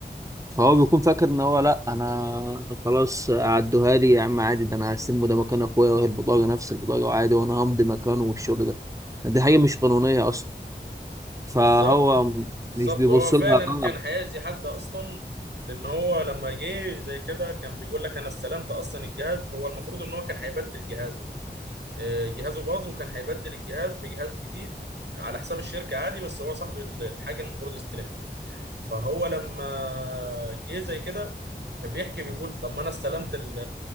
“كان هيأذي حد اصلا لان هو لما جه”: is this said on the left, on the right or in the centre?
Right